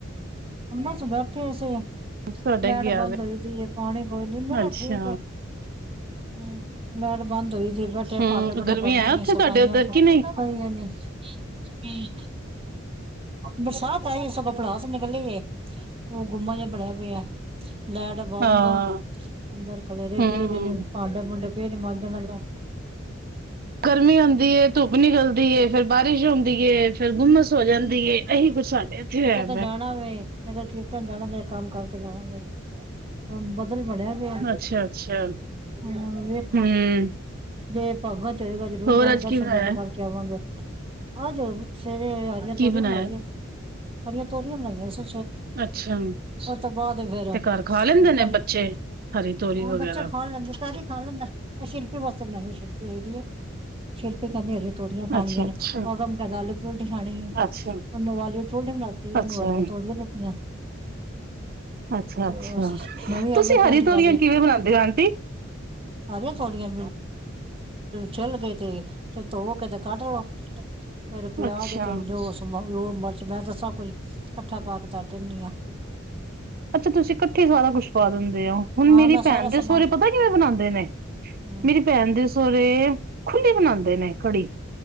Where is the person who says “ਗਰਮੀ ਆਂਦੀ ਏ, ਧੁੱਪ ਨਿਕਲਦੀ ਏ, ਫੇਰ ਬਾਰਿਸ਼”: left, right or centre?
Right